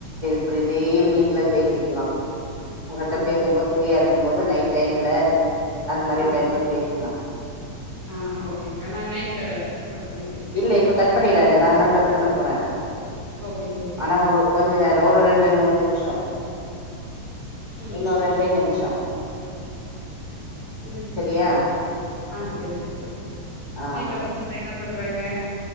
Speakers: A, on the right (about 65°); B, on the left (about 35°).
A: ஒரு இதே ஈவ்னிங் இல்ல பேசிக்லா உங்கிட்ட
B: ஆ
A: பேசும்போது
B: சரிங்க்கா
A: ஃப்ரீயா இருக்கும்போது நைட் டைம்ல அது மாரி
B: ஆ
A: டைம்ல பேசுங்க
B: ஆ ஓக்கேங்கா நா நைட்ல கால் பண்ணி பேசுறேங்க்கா
A: இல்ல இப்ப கட் பண்ணிடாத நா தா கட் பண்ண போறே
B: ஓகேங்க்கா ஓகேங்க்கா
A: ஆனா ஒரு கொஞ்சு நேரோ ஒரு ரெண்டு மூணு நிமிஷோ
B: சரிக்கா
A: இன்னு
B: சரிக்கா
A: ரெண்டே நிமிஷோ
B: சரிங்கா
A: செரியா
B: ஆ சரிக்கா சரிக்கா
A: ஆ
B: வீட்ல பசங்கல்லா என்ன பண்றாங்க